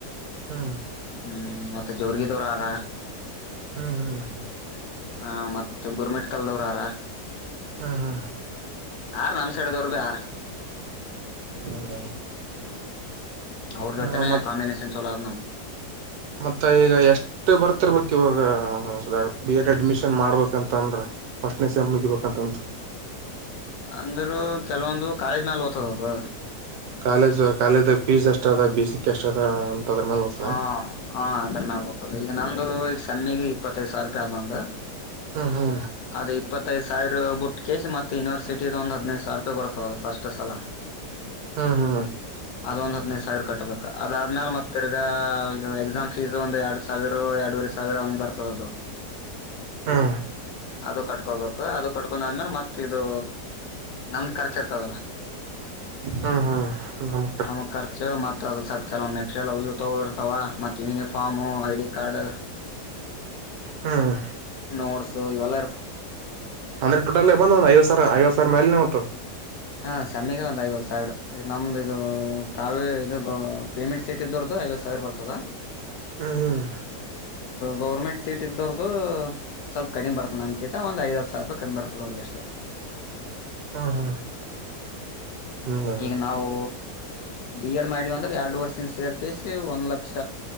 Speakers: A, on the right; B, on the left.
A: ಹ್ಮ್
B: ಹ್ಮ್ ಮತ್ತೆ ಜೋರ್ಗ ದೋಡ ಅಾರ
A: ಹ್ಮ್ ಹ್ಮ್
B: ಹಾ ಮತ್ತ ಗುರ್ಮೆಟ್ಕಲ್ದವ್ರಾರ
A: ಹಾ ಹಾ
B: ಆಾರ ನಮ್ ಸೈಡ್ದವರು ಭಿ ಯಾರ
A: ಹಾಗೌ
B: ಅವ್ರ
A: ಹ
B: ಜೊತೆನೆ
A: ಮತ್
B: ಕಾಂಬಿನೇಷನ್ ಚಲೋ ಅದ ನಮ್
A: ಮತ್ತ ಈಗ ಎಷ್ಟ ಮೆ ಬರ್ತಿರ್ಬೇಕು ಇವಾಗ ಬಿ ಎಡ್ ಅಡ್ಮಿಷನ್ ಮಾಡ್ಬೇಕಂತ ಅಂದ್ರ ಫಸ್ಟ್ನಸಮ್ ಮುಗಿಬೇಕಂತ ಹೌ
B: ಅಂದರುೂ ಕೆಲವೊಂದು ಕಾಲೇಜ್ ಮೇಲೆ ಓ್ತದ ಅದು
A: ಕಾಲೇಜ್ ಕಾಲೇಜ್ ಫೀಸ್ ಎಷ್ಟ ಅದ ಬ ಸಿ ಎಷ್ಟ ಅದ ಅದ್ರ ಮೇಲೆ ಹೋಗ್ತದ
B: ಹ ಹ ಅದ್ರ ಮ್ಯಾಲ ಹೋಗ್ತದೆ ಈಗ ನಂದು ಈಗ ಸಮ್ಮಿಿಗೆ ಇಪ್ಪತ್ತೈದು ಸಾವಿರ ರೂಪಾಯಿ ಆದ್ ನಂದು
A: ಹಾ ಹ್ಮ
B: ಅದ ಇಪ್ಪತ್ತೈದು್ ಸಾವಿರ ಬಟ್ಟ ಕೆಸ್ ಮತ್ತ ಯನಿವರ್ಸಟಿದು ಒಂದು ಹದಿನೈದು ಸಾವಿರ ರೂಪಾಯಿ ಬರ್ತದ ಫಸ್ಟ್ ಸಲ
A: ಹ್ಮ ಹಾ
B: ಅದ ಒಂದ ಹದ್ನೈದು ಸಾವಿರ ಕಟ್ಬೇಕು ಅದಾದ್ಮೇಾಲ ಮತ್ತ ತಿರ್ಗ ಇದು ಎಕ್ಸಾಮ್ ಫೀಸ್ ಒಂದ ಎರಡ್ ಸಾವಿರ ಎರಡೂರು ಸಾವಿರ ಒಂಬರ್ದದು
A: ಹ್ಮ್
B: ಅದು ಕಟ್ಕೋಬೇಕು ಅದು ಕಟ್ಕೊಂಡ ಆದ್ಮೇಲೆ ಮತ್ ಇದು ನಮ್ದ್ ಖರ್ಚ ಇರ್ತದಲ್ಲ
A: ಹ್ಮ್ ಹ್ಮ್ ಹ್ಮ್ ನಮ್
B: ನಮ ಖರ್ಚು ಮತ್ತ ಅದು ಸ ಕೆಲವೊ್ ಮೆಟೀರಿಯಲ್ ಅ ತಗ ಇರ್ತವ ಮತ್ತ ಯೂನಿಫಾರ್ಮ್ ಐಡಿ ಕಾರ್ಡ್
A: ಹ್ಮ್
B: ನೋಡ್ಸು ಇವೆಲ್ಲ
A: ಅಂದ್ರೆ ಟೋಟಲ್ ಬಂದ ಐವದ ಸಾವಿರ ಐವತ್ತು ಸಾವಿರ ಮೇಲೆ ಹೊ್ತದದು
B: ಹಾ ಸಮಗ ಒಂದ್ ಐವತ್ತು ಸಾವಿರ ನಮ್ದು ಇದು ಪ್ರಾವ ಇ ಪೇಮೆಂಟ್ ಸೀಟ್ ಇದರದುು ಐವತ್ತು ಸಾವಿರ ಬರ್ತದಾ
A: ಹ್ಮ್ ಹ್ಮ್
B: ಗೌರ್ಮೆಂಟ್ ಸೀಟ್ ಇದ್ದೋ್ರ್ದು ಸ್ವಲ್ಪ ಕಡಿಮ ಬರ್ತದೆ ನಮ್ಕಿಂತ ಒಂದ ಐದ ಸಾವಿ ರಾಯ <unintelligible> ಅವರಿಗೆ ಅಷ್ಟೇ
A: ಹ್ಮ್ ಹ್ಮ್ ಹ್ಮ್
B: ಈಗ ನಾವು ಬಿ ಎಡ್ ಮಾಡವ ಅಂದ್ರೆ ಎರಡು ವರ್ಷಿಂದ ಸೇರ್ಕಸಿ ಒಂದ್ ಲಕ್ಷ